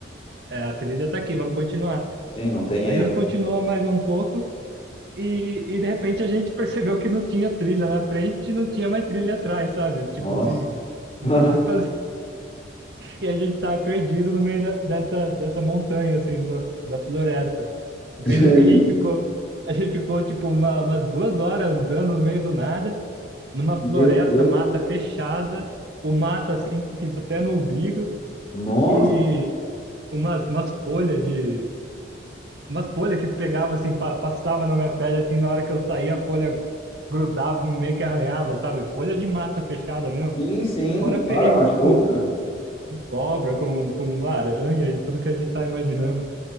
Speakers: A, on the right; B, on the left.
A: é, a trilha tá aqui, vamos continuar.
B: Sim, não tem
A: A
B: erro.
A: gente continuou mais um pouco. E, e de repente a gente <laughs> percebeu que não tinha trilha na frente e não tinha mais trilha atrás, sabe? Tipo
B: Nossa.
A: assim, não
B: <laughs>
A: tinha o que fazer. e a gente tava perdido no meio da- dessa, dessa montanha, assim, dessa- da floresta. Acredito
B: E aí?
A: que a gente ficou, a gente ficou, tipo, uma- umas duas horas andando no meio do nada, numa
B: Meu
A: floresta,
B: Deus.
A: mata fechada, o mato, assim, que até no umbigo,
B: Nossa.
A: e umas, umas folhas de... Umas folhas que pegava, assim, pa- passava na minha pele, assim, na hora que eu saía, a folha grudava, meio que arranhava, sabe? Folha de mata fechada mesmo.
B: Sim, sim.
A: Fora perigo
B: Claro, machuca.
A: com cobra, com, com aranha e tudo que a gente tá imaginando.